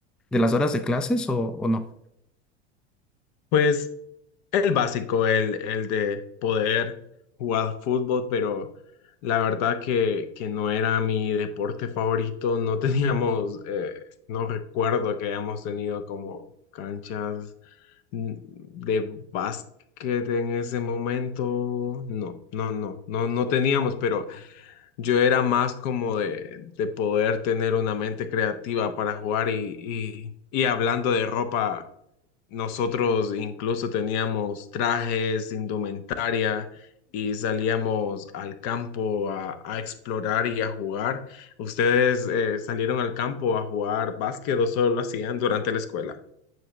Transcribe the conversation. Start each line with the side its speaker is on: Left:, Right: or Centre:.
Centre: de las horas de clases o, o no.
Left: Pues El básico, el, el de poder jugar fútbol, pero la verdad que, que no era mi deporte favorito. No <laughs> teníamos, eh, no recuerdo que hayamos tenido como canchas mm, de básquet en ese momento. No, no, no, no, no teníamos, pero yo era más como de, de poder tener una mente creativa para jugar y, y, y hablando de ropa nosotros incluso teníamos trajes, indumentaria y salíamos al campo a, a explorar y a jugar. ¿Ustedes eh, salieron al campo a jugar básquet o solo lo hacían durante la escuela?